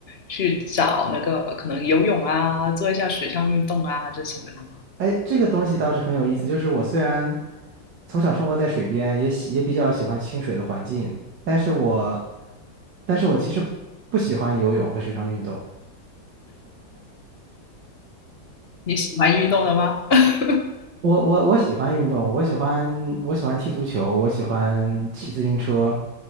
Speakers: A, on the left (about 40°); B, on the right (about 70°).
A: 去找那个可能游泳啊，做一下水上运动啊这些的吗？
B: 哎，这个东西倒是很有意思。就是我虽然从小生活在水边，也喜也比较喜欢清水的环境，但是我，但是我其实不喜欢游泳和水上运动。
A: 你喜欢运动的吗？<laughs>
B: 我我我喜欢运动，我喜欢我喜欢踢足球，我喜欢骑自行车，